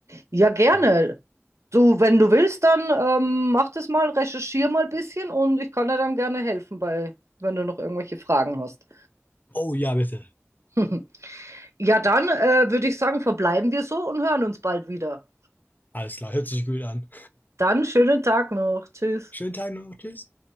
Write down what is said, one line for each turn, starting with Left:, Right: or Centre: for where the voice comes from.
Right: Ja, gerne.
Left: Ja.
Right: Du, wenn du willst, dann ähm, mach das mal, recherchier mal ein bisschen und ich kann dir dann gerne helfen bei, wenn du noch irgendwelche Fragen hast.
Left: Oh ja, bitte.
Right: <laughs> Ja, dann äh, würde ich sagen, verbleiben wir so und hören uns bald wieder.
Left: Alles klar, hört sich gut an.
Right: Dann schönen Tag noch. Tschüss.
Left: Schönen Tag noch, tschüss.